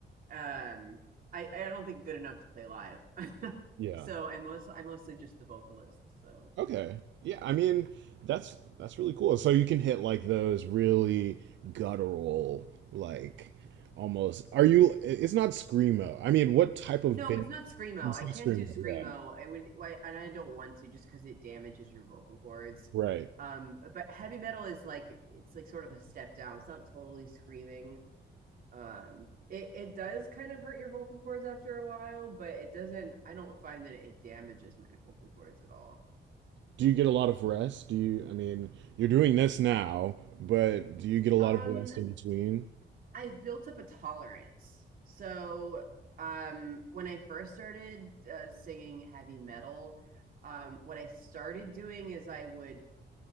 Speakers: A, on the right; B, on the right.
A: Um, I I don't think good enough to play live. <laughs>
B: Yeah.
A: so I most I'm mostly just the vocalist. So
B: Okay. Yeah, I mean that's that's really cool. So you can hit like those really guttural like almost are you it's not screamo. I mean, what type of
A: no,
B: band
A: it's not screamo.
B: it's
A: I
B: not
A: can't
B: screamo.
A: do screamo.
B: Yeah.
A: I would why and I don't want to just because it damages your vocal cords.
B: Right.
A: Um, but heavy metal is like it's like sort of a step down. It's not totally screaming Um, it, it does kind of hurt your vocal cords after a while, but it doesn't, I don't find that it damages my vocal cords at all.
B: do you get a lot of rest? Do you, I mean, you're doing this now, but do you get a lot
A: Um,
B: of rest in between?
A: I've built up a tolerance. So, um, when I first started uh, singing heavy metal, um, what I started doing is I would